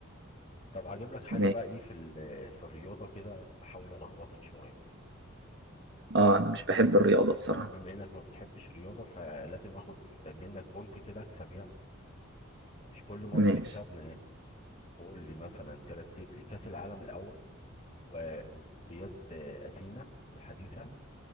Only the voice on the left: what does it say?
طب هجيب لك حاجة
بقى ايه في ال- في الرياضة كده احاول الخبطك شوية
اه بما انك ما بتحبش رياضة فلازم اخد ب- منك بونت كده اكسب يعني مش كل مرة
تكسبنا يعني تقول لي مثلا ترتب لي كأس العالم الاول واولمبياد آه، اثينا الحديثة